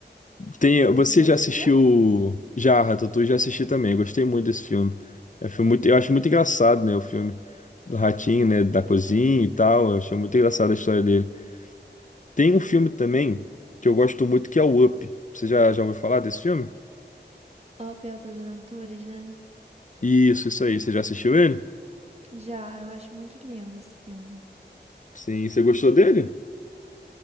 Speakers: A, on the left; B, on the right.
A: Tem,
B: Você
A: você
B: já
A: já
B: assistiu?
A: assistiu já, Ratatouille já assisti também. Gostei muito desse filme. É um filme muito, eu acho muito engraçado, né, o filme do ratinho, né, da cozinha e tal. Eu achei muito engraçada a história dele. Tem um filme também que eu gosto muito que é o Up. Você já já ouviu falar desse filme?
B: Up Altas Aventuras, né?
A: Isso, isso aí. Você já assistiu ele?
B: Já, eu acho muito lindo esse filme.
A: Sim, você gostou dele?